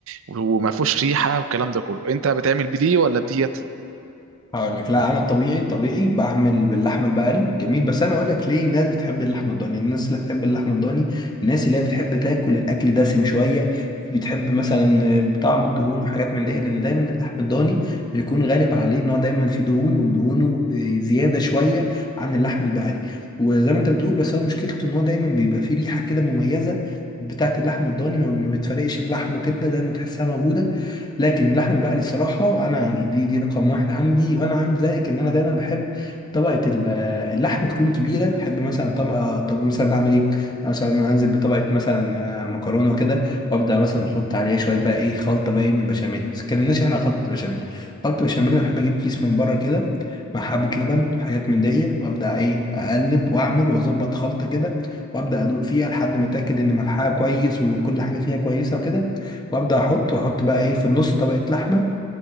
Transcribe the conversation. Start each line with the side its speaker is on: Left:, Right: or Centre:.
Right: وما فيهوش ريحه والكلام ده كله انت بتعمل بدي ولا بديت
Left: هقول لك لا انا الطبيعي الطبيعي بعمل باللحمه البقري جميل بس انا اقول لك ليه الناس بتحب اللحمه الضاني الناس اللي بتحب اللحمه الضاني الناس اللي هي بتحب تاكل الاكل دسم شويه بتحب مثلا بطعم الدهون وحاجات من دي لان دايما اللحم الضاني بيكون غالب عليه ان هو دايما فيه دهون ودهونه آه، زياده شويه عن اللحم البقري وزي ما انت بتقول بس هو مشكلته ان هو دايما بيبقى فيه ريحه كده مميزه بتاعت اللحم الضاني ما ما بتفرقش اللحم وكده دايما تحسها موجوده لكن اللحمه البقري صراحه انا يعني دي دي رقم واحد عندي وانا عامل زيك ان انا دايما بحب طبقه ال- اللحمه تكون كبيره احب مثلا طبقه طب مثلا بعمل ايه مثلا انزل بطبقه مثلا آه، مكرونه وكده وابدا مثلا احط عليها شويه بقى ايه خلطه بقى ايه من البشاميل ما اتكلمناش احنا عن خلطه البشاميل خلطه البشاميل انا بحب اجيب كيس من بره كده مع حبه لبن حاجات من دي وابدا ايه اقلب واعمل واظبط خلطه كده وابدا ادوق فيها لحد ما اتاكد ان ملحها كويس وكل حاجه فيها كويسه وكده وابدا احط واحط بقى ايه في النص طبقه لحمه